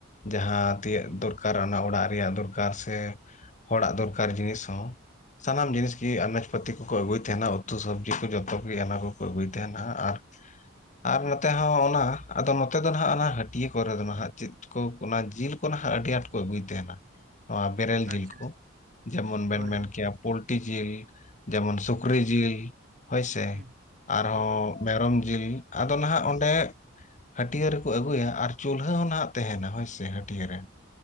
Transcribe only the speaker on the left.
ᱡᱟᱦᱟᱸ ᱛᱤᱭᱟᱹᱜ
ᱫᱚᱨᱠᱟᱨ ᱚᱱᱟ ᱚᱲᱟᱜ ᱨᱮᱭᱟᱜ ᱫᱚᱨᱠᱟᱨ ᱥᱮ ᱦᱚᱲᱟᱜ ᱫᱚᱨᱠᱟᱨ ᱡᱤᱱᱤᱥ ᱦᱚᱸ ᱥᱟᱱᱟᱢ
ᱡᱤᱱᱤᱥ ᱜᱮ ᱟᱱᱟᱪ ᱯᱟᱹᱛᱤ ᱠᱚᱠᱚ ᱟ. ᱜᱩᱭ ᱛᱟᱦᱮᱱᱟ ᱩᱛᱩ ᱥᱚᱵᱡᱤ ᱠᱚ ᱡᱚᱛᱚ ᱜᱮ ᱚᱱᱟ ᱠᱚᱠᱚ ᱟᱜᱩᱭ ᱛᱟᱦᱮᱱᱟ ᱟᱨ ᱟᱨ ᱱᱚᱛᱮ ᱦᱚᱸ ᱚᱱᱟ ᱟᱫᱚ ᱱᱚᱛᱮ ᱫᱚ ᱱᱟᱦᱟᱜ ᱚᱱᱟ ᱦᱟᱹᱴᱤᱭᱟᱹ ᱠᱚᱨᱮ ᱫᱚ ᱱᱟᱜ ᱪᱮᱫ ᱠᱚ ᱚᱱᱟ ᱡᱤᱞ ᱠᱚ ᱱᱟᱦᱟᱜ ᱟᱰᱤ ᱟᱸᱴ ᱠᱚ ᱟᱜᱩᱭ ᱛᱟᱦᱮᱱᱟ ᱱᱚᱣᱟ ᱵᱮᱨᱮᱞ ᱡᱤᱞ
ᱠᱚ ᱡᱮᱢᱚᱱ ᱵᱮᱱ
ᱢᱮᱱ
ᱠᱮᱭᱟ ᱯᱳᱞᱴᱤ ᱡᱤᱞ ᱡᱮᱢᱚᱱ ᱥᱩᱠᱨᱤ
ᱡᱤᱞ ᱦᱳᱭᱥᱮ
ᱟᱨᱦᱚᱸ
ᱢᱮᱨᱚᱢ ᱡᱤᱞ ᱟᱫᱚ ᱱᱟᱦᱟᱜ ᱚᱸᱰᱮ ᱦᱟᱹᱴᱤᱭᱟᱹ ᱨᱮᱠᱚ ᱟᱹᱜᱩᱭᱟ ᱟᱨ ᱪᱩᱞᱦᱟᱹ ᱦᱚᱸ ᱱᱟᱦᱟᱜ ᱛᱟᱦᱮᱱᱟ ᱦᱳᱭᱥᱮ ᱦᱟᱹᱴᱤᱭᱟᱹ ᱨᱮ